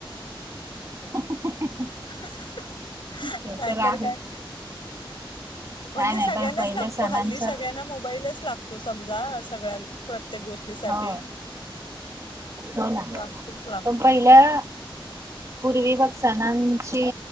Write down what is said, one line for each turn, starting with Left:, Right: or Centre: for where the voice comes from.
Right: <inaudible>
Left: <inaudible>
Right: ते
Left: नाहीतर
Right: तर आहेच
Left: काय
Right: काय
Left: म्हणजे
Right: नाही
Left: सगळ्यांनाच
Right: पण पहिल्या
Left: लागतो
Right: सणांचा
Left: हल्ली सगळ्यांना मोबाईलच लागतो समजा सगळ्या प्रत्येक गोष्टीसाठी
Right: हो
Left: <inaudible>
Right: हो ना
Left: लागतोच लागतो
Right: प पहिल्या पूर्वी बघ सणांची